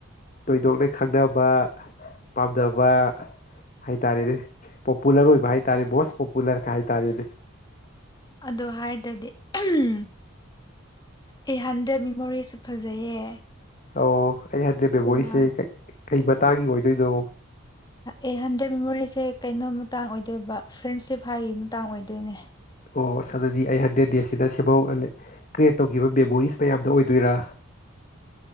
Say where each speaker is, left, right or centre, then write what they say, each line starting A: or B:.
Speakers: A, on the left; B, on the left.
A: ꯊꯣꯏꯗꯣꯛꯅ ꯈꯪꯅꯕ ꯄꯥꯝꯅꯕ ꯍꯥꯏꯇꯥꯔꯦꯅꯦ ꯄꯣꯄꯨꯂꯔ ꯑꯣꯏꯕ ꯍꯥꯏꯇꯥꯔꯦ
B: ꯎꯝ
A: ꯃꯣꯁ ꯄꯣꯄꯨꯂꯔꯒ ꯍꯥꯏ ꯇꯔꯦꯅꯦ
B: ꯑꯗꯨ ꯍꯥꯏꯔꯗꯤ ꯎꯝ ꯑꯩ ꯍꯟꯗ꯭ꯔꯦꯠ ꯃꯦꯃꯣꯔꯤꯁꯨ ꯐꯖꯩꯌꯦ
A: ꯑꯣ ꯑꯩ ꯍꯟꯗ꯭ꯔꯦꯠ
B: ꯑꯗꯨꯒ
A: ꯕꯦꯃꯣꯔꯤꯁꯦ ꯀꯩ ꯃꯇꯥꯡꯒꯤ ꯑꯣꯏꯗꯣꯏꯅꯣ
B: ꯑꯦ ꯍꯟꯗ꯭ꯔꯦꯗ ꯃꯦꯃꯣꯔꯤꯁꯦ ꯀꯩꯅꯣ ꯃꯇꯥꯡ ꯑꯣꯏꯗꯣꯏꯕ ꯐ꯭ꯔꯦꯟꯁꯤꯞ ꯍꯥꯏ ꯃꯇꯥꯡ ꯑꯣꯏꯗꯣꯏꯅꯦ
A: ꯑꯣ ꯁꯥꯅꯗꯤ ꯑꯩ ꯍꯟꯗ꯭ꯔꯦꯠ ꯗꯦꯖꯁꯤꯗ ꯁꯦꯝꯍꯧ ꯀ꯭ꯔꯤꯌꯦꯠ ꯇꯧꯈꯤꯕ ꯃꯦꯃꯣꯔꯤꯁ ꯃꯌꯥꯝꯗꯣ ꯑꯣꯏꯗꯣꯏꯔꯥ